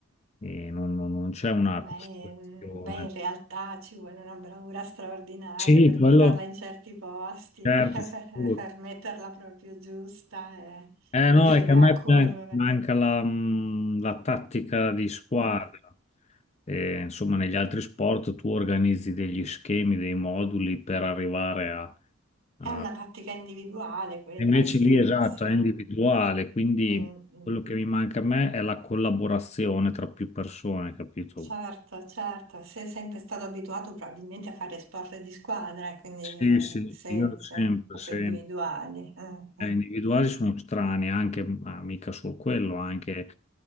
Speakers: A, on the left; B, on the right.
A: e non, non- non c'è una
B: Beh,
A: costruzione.
B: mm, beh, in realtà ci vuole una bravura straordinaria
A: Sì,
B: per
A: quello
B: mandarla in certi posti,
A: certo,
B: <laughs> per
A: sicuro.
B: per metterla proprio giusta e
A: Eh
B: per
A: no,
B: riuscire
A: è che a me
B: a correre.
A: man- manca la, mh, la tattica di squadra.
B: Mm,
A: E, insomma, negli altri sport tu organizzi degli schemi, dei moduli per arrivare a... a-
B: È una tattica individuale quella,
A: e Invece
B: sì,
A: lì, esatto,
B: sì.
A: è
B: Mm,
A: individuale, quindi
B: mm.
A: quello che mi manca a me è la collaborazione tra più persone, capito?
B: Certo, certo. Sei sempre stato abituato probabilmente a fare sport di squadra, quindi
A: Sì,
B: eh,
A: sì,
B: se,
A: io
B: se
A: sempre,
B: proprio
A: sempre.
B: individuali. Mm,
A: Eh,
B: mm.
A: individuali sono strani, anche, ma mica solo quello, anche